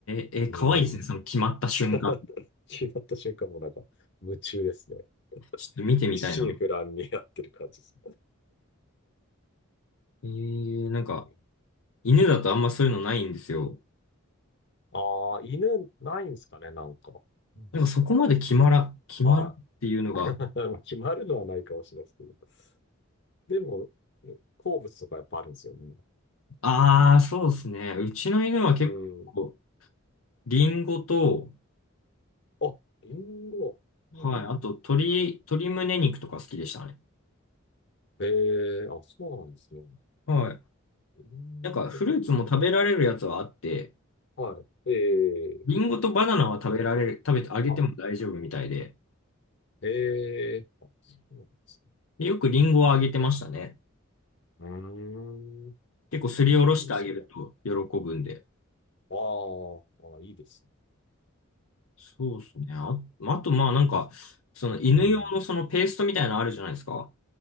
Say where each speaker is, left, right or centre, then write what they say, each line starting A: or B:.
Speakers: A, on the left; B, on the left.
A: え、えー、
B: うん。
A: 可愛いですね。その決まった瞬間。
B: <laughs> 決まった瞬間もなんか、夢中ですね。
A: ちょっと見てみたいな。
B: 一心不乱にやってる感じです
A: えー、なんか、
B: ね。
A: 犬だとあんまそういうのないんですよ。
B: ああ、犬ないんですかね、なんか。うん
A: なんか、そこまで決まら、決まるっていうのが。
B: はい。<laughs> 決まるのはないかもしれないですけど。でも、好物とかやっぱあるんですよね。
A: ああ、そうですね。うちの犬は結構、
B: うん。
A: リンゴと、
B: あ、リンゴ。うんうん
A: はい、あと、鶏、鶏胸肉とか好きでしたね。
B: ええあ、そうなんですね。
A: はい。
B: リンゴ
A: なんかフルーツも食べられるやつはあって、
B: か。はい。ええ
A: リンゴとバナナは食べられる、食べてあげても大丈夫みたいで、
B: あ、ええあ、そうなんですね。
A: で、よくリンゴはあげてましたね。
B: うーん。
A: 結構すりおろしてあげると喜ぶんで。
B: リンゴ好きなの。あーあ、いいですね。
A: そうですね。あ、あとまあなんか、その犬用のそのペーストみたいなのあるじゃないですか。
B: うん。